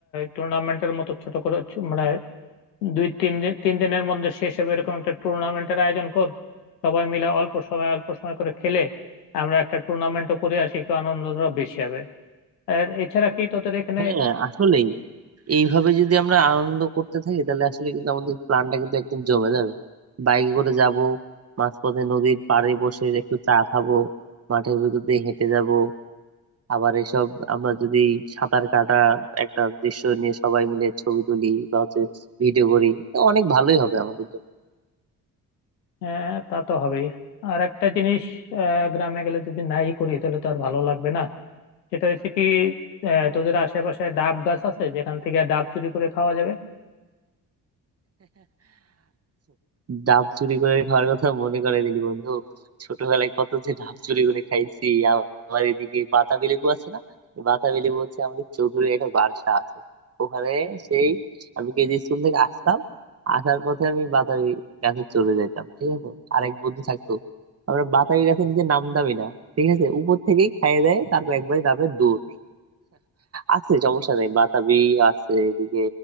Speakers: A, on the left (about 85°); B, on the right (about 30°).
A: টুর্নামেন্টের মতো ছোট করে ছো- মানে দুই তিন দিন তিন দিনের মধ্যে শেষ হবে এরকম একটা টুর্নামেন্টের আয়োজন কর সবাই মিলে অল্প সময় অল্প সময় করে খেলে আমরা একটা টুর্নামেন্টও করে আসি একটু আনন্দটা বেশি হবে আর এছাড়া কি তোদের এখানে
B: হ্যাঁ আসলেই এইভাবে যদি আমরা আনন্দ করতে থাকি তাহলে আসলে কিন্তু আমাদের প্ল্যানটা কিন্তু একদম জমে যাবে বাইকে করে যাব মাঝপথে নদীর পাড়ে বসে একটু চা খাবো মাঠের ভিতর দিয়ে হেঁটে যাব আবার এসব আমরা যদি সাঁতার কাটার একটা দৃশ্য নিয়ে সবাই মিলে ছবি তুলি বা হচ্ছে ভিডিও করি এটা অনেক ভালোই হবে আমাদের জন্য।
A: আহ, তা তো হবেই আর একটা জিনিস আহ, গ্রামে গেলে যদি নাই করি তাহলে তো আর ভালো লাগবে না সেটা হচ্ছে কি আহ, তোদের আশেপাশে ডাব গাছ আছে যেখান থেকে ডাব চুরি করে খাওয়া যাবে
B: ডাব চুরি করে খাওয়ার কথা মনে করে দিলি বন্ধু ছোটবেলায় কত যে ডাব চুরি করে খাইছি আবার এদিকে বাতাবি লেবু আছে না এই বাতাবি লেবু হচ্ছে আমাদের চৌধুরীর একটা বাসা আছে ওখানে সেই আমি কেজি স্কুল থেকে আসতাম আসার পথে আমি বাতাবি গাছে চলে যাইতাম ঠিক আছে আরেক বন্ধু থাকতো আমরা বাতাবি গাছে নিজে নামতামই না ঠিক আছে উপর থেকেই খাইয়ে দেয় তারপর একবারে নামে দৌড় আছে সমস্যা নেই বাতাবি আছে এদিকে